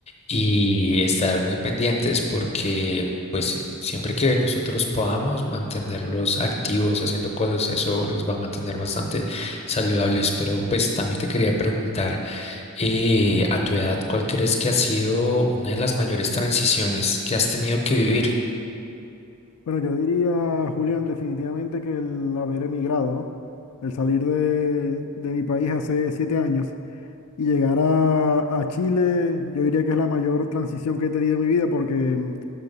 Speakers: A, on the left; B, on the left.
A: y estar muy pendientes porque pues eh, siempre que nosotros podamos mantenerlos activos haciendo cosas, eso los va a mantener bastante saludables. Pero pues también te quería preguntar, eh, a tu edad, ¿cuál crees que ha sido una de las mayores transiciones que has tenido que vivir?
B: Bueno, yo diría, Julián, definitivamente que el haber emigrado, ¿no? El salir de, de mi país hace siete años y llegar a, a Chile, yo diría que es la mayor transición que he tenido en mi vida porque mm,